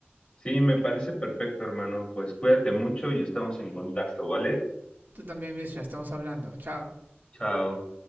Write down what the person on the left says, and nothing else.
Sí, me parece perfecto, hermano. Pues cuídate mucho y estamos en contacto, ¿vale?
Chao.